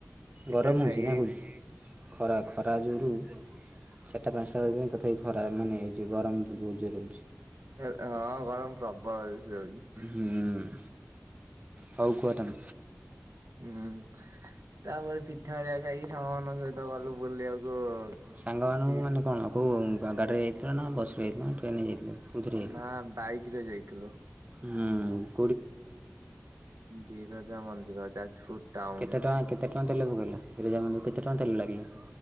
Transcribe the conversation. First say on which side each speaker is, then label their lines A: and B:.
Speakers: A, on the right; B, on the right.
A: ପିଠା
B: ଗରମ
A: ଖାଇକି
B: ହଉଚି ନା। <unintelligible> ଖରା ଖରା ଯୋଗୁରୁ ଚାରିଟା ପାଞ୍ଚଟା ବାଜିଲାଣି ତଥାପି ଖରା ମାନେ ଏ ଯୋଉ ଗରମ୍ ବହୁତ୍ ଜୋରେ ହଉଚି।
A: ହଁ ଗରମ ପ୍ରବଳ ଯୋରସେ ହଉଚି।
B: ହୁଁ। ହଉ କୁହ ତମେ।
A: ହୁଁ। ତାପରେ ପିଠା ହେରିକା ଖାଇକି ସାଙ୍ଗମାନଙ୍କ ସହିତ ଗଲୁ ବୁଲିବାକୁ
B: ସାଙ୍ଗ ମାନଙ୍କୁ
A: ବି
B: ମାନେ କଣ କୋଉ ଗାଡିରେ ଯାଇଥିଲ ନା ବସ୍ ରେ? ନା ଟ୍ରେନ୍ ରେ ଯାଇଥିଲ, କୋଉଥିରେ ଯାଇଥିଲ?
A: ନା ବାଇକ୍ ରେ ଯାଇଥିଲୁ।
B: ହୁଁ।
A: ବିରଜା ମନ୍ଦିର, ଯାଜପୁର ଟାଉନ
B: କେତେଟଙ୍କା କେତେ ଟଙ୍କାରେ ତେଲ ପକେଇଲ? ବିରଜା ମନ୍ଦିର କୁ କେତେଟଙ୍କା ତେଲ ଲାଗିଲା?